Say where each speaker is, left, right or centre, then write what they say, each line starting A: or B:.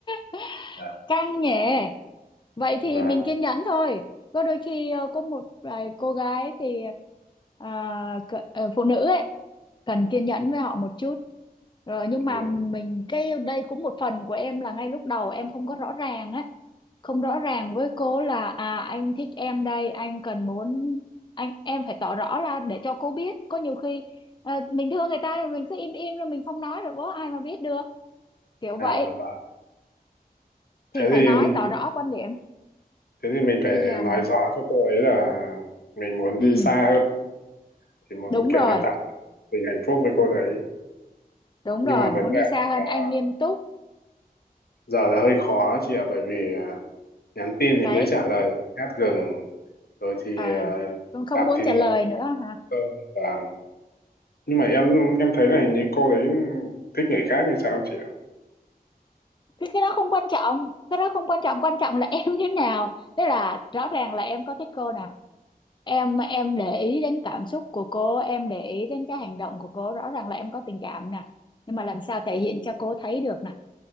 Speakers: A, on the left; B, on the left.
A: <laughs>
B: Dạ.
A: căng nhẹ Vậy thì
B: và
A: mình kiên nhẫn thôi. Có đôi khi ờ, có một vài cô gái thì à, cỡ- ờ, phụ nữ ấy cần kiên nhẫn với họ một chút. Rồi nhưng mà
B: ừ,
A: mình cái đây cũng một phần của em là ngay lúc đầu em không có rõ ràng á, không rõ ràng với cô là à anh thích em đây, anh cần muốn anh em phải tỏ rõ ra để cho cô biết. Có nhiều khi ờ, mình thương người ta rồi mình cứ im im rồi mình không nói rồi có ai mà biết được. Kiểu vậy
B: à và thế
A: thì phải
B: thì
A: nói tỏ rõ quan điểm.
B: thế thì mình phải
A: Bây giờ
B: nói
A: hả?
B: rõ cho cô ấy là mình muốn đi
A: Ừ.
B: xa hơn thì muốn
A: đúng
B: kiểu
A: rồi
B: như tạo tình hạnh phúc với cô đấy
A: đúng
B: nhưng
A: rồi
B: mà vấn
A: muốn
B: đề
A: đi xa hơn
B: là
A: anh nghiêm túc
B: giờ là hơi khó chị ạ bởi vì à, nhắn tin thì
A: đấy
B: cứ trả lời nhát gừng rồi thì
A: ờ
B: à,
A: con không
B: gặp
A: muốn
B: thì nửa
A: trả lời nữa hả
B: không và nhưng mà em em thấy là hình như cô đấy thích người khác hay sao chị ạ
A: cái cái đó không quan trọng cái đó không quan trọng quan trọng là em như thế nào tức là rõ ràng là em có thích cô nè em em để ý đến cảm xúc của cô em để ý đến cái hành động của cô rõ ràng là em có tình cảm nè nhưng mà làm sao thể hiện cho cô thấy được nè